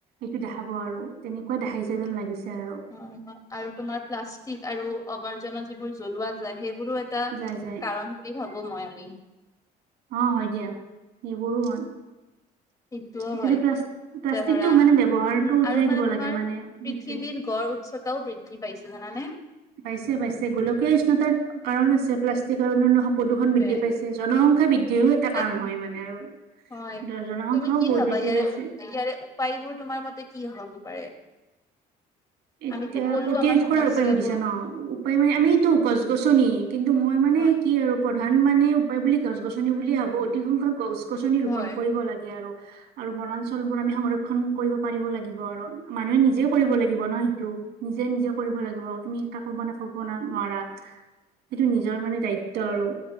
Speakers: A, on the right; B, on the left.
A: এইটো দেখাব আৰু তেনেকুৱা দেখাইছে যেন লাগিছে আৰু।
B: হয়, হয় আৰু তোমাৰ প্লাষ্টিক আৰু আৱৰ্জনা যিবোৰ জ্বলোৱা যায় সেইবোৰো একো টা
A: যাই যাই
B: কাৰণ বুলি ভাবো মই, আমি!
A: অ', হয় দিয়া। সেইবোৰো হয়।
B: সেইটোও
A: একেবাৰে
B: হয়
A: প্লা-প্লাষ্টিকটো
B: এতিয়া ধৰা
A: মানে ব্যৱহাৰ
B: উম
A: টো উঠাই
B: আৰু মানে
A: দিব
B: তোমাৰ
A: লাগে মানে?
B: পৃথিৱীৰ
A: সেইটোৱে
B: গড় উচ্চতাও বৃদ্ধি পাইছে জানানে?
A: পাইছে, পাইছে গোলকীয় উষ্ণতাৰ কাৰণ আছে, প্লাষ্টিক আৰু অনন্য প্ৰদূষণ
B: সেইটোৱে
A: বৃদ্ধি পাইছে। জনসংখ্যা বৃদ্ধিৰো এটা
B: বাট
A: কাৰণ হয় মানে আৰু।
B: হয়।
A: জনসংখ্যাও
B: তুমি কি
A: বহুত
B: ভাবা
A: বৃদ্ধি
B: ইয়াৰে
A: পাইছে
B: উ, ইয়াৰে উপায়বোৰ তোমাৰ মতে কি হব পাৰে।
A: এতিয়া
B: আমিতো ক'লো
A: প্ৰতিৰোধ
B: আমাৰ সমস্যাবোৰ
A: কৰাৰ উপায় সুধিছা ন। উপায় মানে আমিটো গছ-গছনি, কিন্তু মই মানে
B: হয়
A: কি আৰু প্ৰধান মানে উপায় বুলি গছ গছনি বুলিয়ে ভাবো, অধিক সংখ্যক গছ-গছনি ৰোপন
B: হয়
A: কৰিব লাগে আৰু। আৰু বনাঞ্চল বোৰ আমি সংৰক্ষণ কৰিব পাৰিব লাগিব আৰু মানুহে নিজেও কৰিব লাগিব। বন সেইটো নিজে, নিজে কৰিব লাগিব। তুমি কাকো মানে ক'ব নোৱাৰা। সেইটো নিজৰ মানে দায়িত্ব আৰু